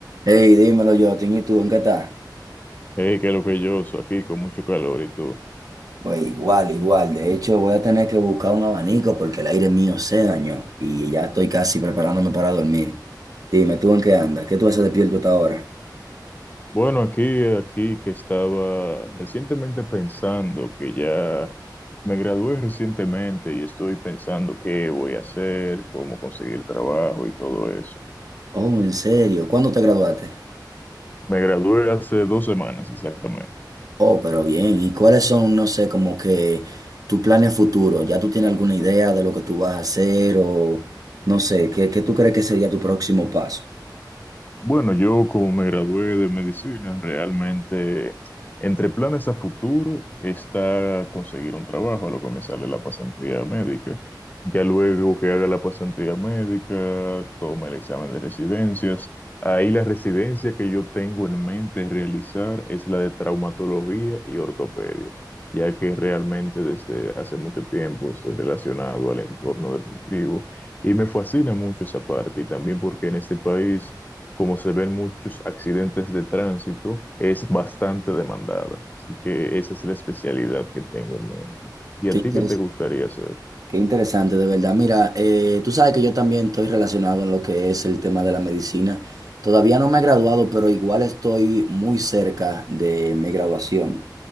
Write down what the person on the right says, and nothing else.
Hey, dímelo, Jotin, ¿y tú en qué estás?
Pues igual, igual. De hecho, voy a tener que buscar un abanico porque el aire mío se dañó y ya estoy casi preparándome para dormir. Dime, ¿tú en qué andas? ¿Qué tú haces despierto hasta ahora?
Oh, ¿en serio? ¿Cuándo te graduaste?
Oh, pero bien. ¿Y cuáles son, no sé, como que tus planes futuros? ¿Ya tú tienes alguna idea de lo que tú vas a hacer o no sé, qué, qué tú crees que sería tu próximo paso?
Qué
interesante.
Qué interesante, de verdad. Mira, eh, tú sabes que yo también estoy relacionado en lo que es el tema de la medicina. Todavía no me he graduado, pero igual estoy muy cerca de mi graduación.